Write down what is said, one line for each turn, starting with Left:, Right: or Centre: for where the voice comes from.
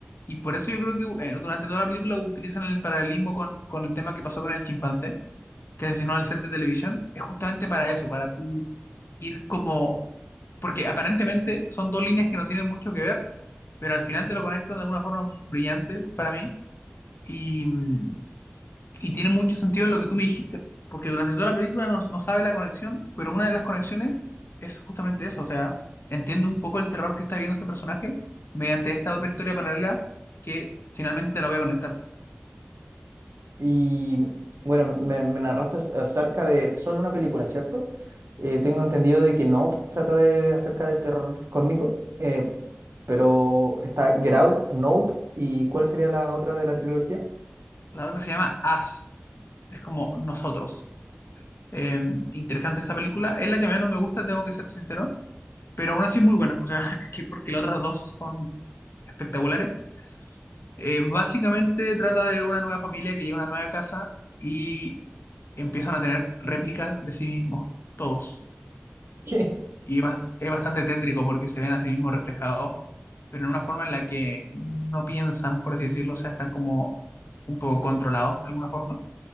Left: Y por eso yo creo que eh, durante toda la película utilizan el paralelismo con, con el tema que pasó con el chimpancé, que asesinó al set de televisión. Es justamente para eso, para tú ir como porque aparentemente son dos líneas que no tienen mucho que ver, pero al final te lo conectan de alguna forma brillante para mí y, mm, y tiene mucho sentido en lo que tú me dijiste, porque durante toda la película no, no sabe la conexión, pero una de las conexiones es justamente eso, o sea, entiende un poco el terror que está viendo este personaje mediante esta otra historia paralela que finalmente te la voy a conectar.
Right: Y bueno, me, me narraste ac- acerca de solo una película, ¿cierto? Eh, tengo entendido de que Nope trata de acerca de terror cósmico, eh, pero está Get Out, Nope, ¿y cuál sería la otra de la trilogía?
Left: La otra se llama As, es como nosotros. Eh, interesante esa película, es la que menos me gusta, tengo que ser sincero pero aún así es muy buena. O sea, <laughs> es que porque las otras dos son espectaculares. Eh, básicamente trata de una nueva familia que llega a una nueva casa y empiezan a tener réplicas de sí mismos, todos.
Right: <laughs> ¿Qué?
Left: Y es bas- es bastante tétrico porque se ven a sí mismos reflejados, pero en una forma en la que no piensan, por así decirlo, o sea, están como un poco controlados de alguna forma.